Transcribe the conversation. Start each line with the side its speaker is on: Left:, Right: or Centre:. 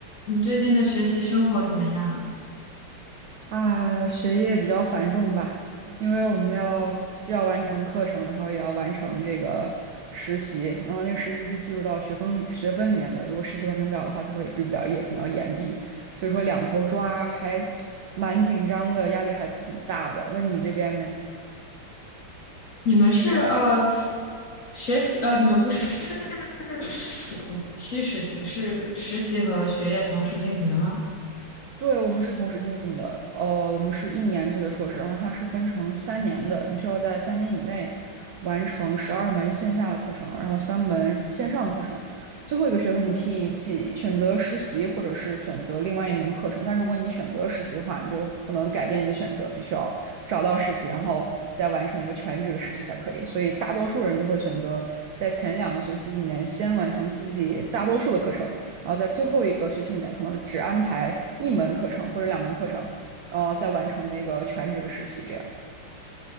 Left: 你最近的学习生活怎么样啊？
Right: 啊，学业比较繁重吧，因为我们要既要完成课程，然后也要完成这个实习，然后那个实习是计入到学分里学分里面的，如果实习完成不了的话，最后也毕不了业，可能要延毕，所以说两头抓还 <tsk> 蛮紧张的，压力还挺大的。那你这边嘞？
Left: 你们是呃学习呃，你们不是暑期实习，是实习和学业同时进行的吗？
Right: 对，我们是同时进行的，呃，我们是一年制的硕士，然后它是分成三年的，你需要在三年以内完成十二门线下的课程，然后三门线上的课程，最后一个学分你可以记选择实习，或者是选择另外一门课程。但如果你选择实习的话，你就不能改变你的选择，必须要找到实习，然后再完成一个全职的实习才可以。所以大多数人都会选择在前两个学期里面先完成自己大多数的课程。然后在最后一个学期里面，可能只安排一门课程或者两门课程，然后再完成那个全职的实习。这样